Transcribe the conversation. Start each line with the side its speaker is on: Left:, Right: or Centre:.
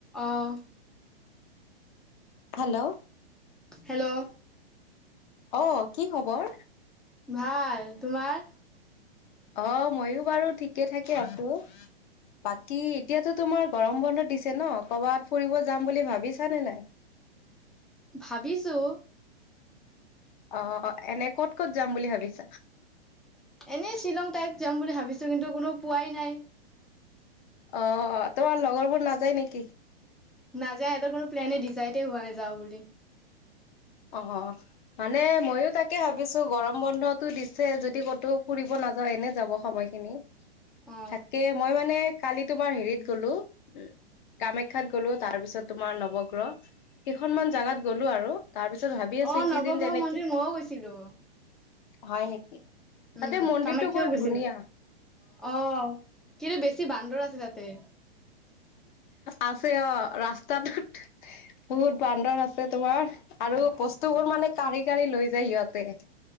Centre: অহ,
Left: hello
Centre: hello!
Left: অ, কি খবৰ?
Centre: ভাল তোমাৰ?
Left: অ, মইও বাৰু ঠিকে থাকে আছোঁ। বাকী এতিয়াতো তোমাৰ গৰম বন্ধ দিছে ন', কৰবাত ফুৰিব যাম বুলি ভাবিছা নে নাই?
Centre: ভাবিছোঁ।
Left: অ, এনে ক'ত ক'ত যাম বুলি ভাবিছা?
Centre: এনেই শ্বিলং টাইপ যাম বুলি ভাবিছোঁ, কিন্তু কোনো পোৱাই নাই।
Left: অ, তোমাৰ লগৰবোৰ নাযায় নেকি?
Centre: নাযায় ইহঁতৰ কোনো প্লেনে ডিচাইডে হোৱা যাওঁ বুলি।
Left: অ, মানে ময়ো তাকে ভাবিছোঁ গৰম বন্ধতো দিছে যদি ক'তো ফুৰিব নাযা <unintelligible> এনে যাব সময় খিনি,
Centre: অ
Left: থাকে মই মানে কালি তোমাৰ হেৰিত গ'লো উ, কামাখ্যাত গ'লো তাৰ পিছত তোমাৰ নৱগ্ৰহ, কেইখনমান জাগাত গলো আৰু। তাৰ পিছত ভাবি আছো
Centre: অ
Left: এইকেইদিন
Centre: নৱগ্ৰহ
Left: তেনেকে,
Centre: মন্দিৰ মইও গৈছিলো
Left: হয় নেকি?
Centre: উম
Left: তাতে মন্দিৰটো
Centre: কামাখ্যাও
Left: বৰ
Centre: গৈছিলো
Left: ধুনীয়া।
Centre: অ, কিন্তু বেছি বান্দৰ আছে তাতে।
Left: আছে অ, ৰাস্তাটোত বহুত বান্দৰ আছে তোমাৰ। আৰু বস্তু বোৰ মানে কাঢ়ি কাঢ়ি লৈ যায় সিহঁতে